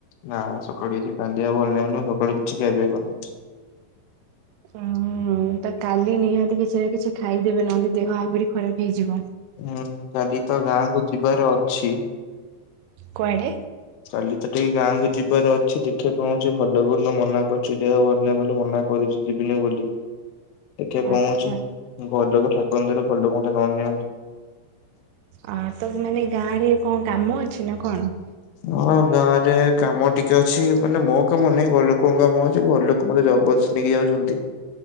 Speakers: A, on the left; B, on the right.
A: ନା ସକାଳୁ କିଛି କାନ୍ଦିଆ ଭଲ ନାଁଇ ବୋଲି ମୁଁ ସକାଳୁ କିଛି ଖିଆ ପିଆ କରିନି।
B: ହୁଁ ହୁଁ ତ କାଲି ନିହାତି କିଛି ଏଁ କିଛି ଖାଇଦେବେ ନହେଲେ ଦେହ ଆହୁରି ଖରାପ ହେଇଯିବ।
A: ମୁଁ ତ କାଲି ତ ଗାଁ କୁ ଯିବାର ଅଛି।
B: କୁଆଡ଼େ?
A: କାଲି ତ କେଇ ଗାଁକୁ ଯିବାର ଅଛି ଦେଖିବା କଣହୁଛି ଭଲ ହଉ ତ ମନା କରୁଛି ଦେହ ଭଲ ନାହିଁ ବୋଲି ମନା କରୁଚି ଯିବିନେ ବୋଲି। ଦେଖିବା କଣ
B: ଆଚ୍ଛା
A: ହଉଛି ଗଲୁକଥା ଠାକୁରଙ୍କ ଦୟାରୁ ଭଲୋକ ମେତେ ନ ନିଅନ୍ତୁ।
B: ଆ ତ ମାନେ ଗାଁ ରେ କଣ କାମ ଅଛି ନା କଣ?
A: ହଁ ଗାଁ ରେ କାମ ଟିକେ ଅଛି। ମାନେ ମୋ କାମ ନାହିଁ ଘର ଲୋକଙ୍କ କାମ ଅଛି ଘର ଲୋକ କୁ ମତେ ଜବରଦସ୍ତି ନେଇକି ଯାଉଛନ୍ତି।